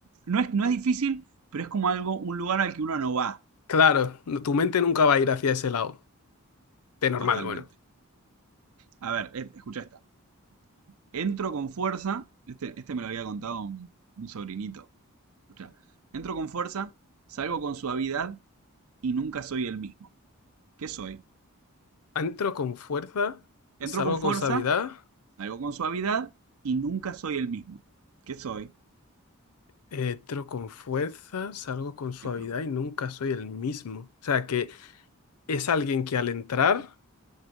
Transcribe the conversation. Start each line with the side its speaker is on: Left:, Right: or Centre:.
Right: no es, no es difícil, pero es como algo, un lugar al que uno no va
Left: Claro, no- tu mente nunca va a ir hacia ese lado. De normal,
Right: totalmente.
Left: bueno.
Right: A ver, eh, escucha esta. Entro con fuerza, este, este me lo había contado un, un sobrinito. Escucha, entro con fuerza, salgo con suavidad y nunca soy el mismo. ¿Qué soy?
Left: Entro con fuerza,
Right: Entro
Left: salgo
Right: con fuerza,
Left: con suavidad,
Right: salgo con suavidad y nunca soy el mismo. ¿Qué soy?
Left: Eh, entro con fuerza, salgo con suavidad
Right: Entro.
Left: y nunca soy el mismo. O sea, que es alguien que al entrar,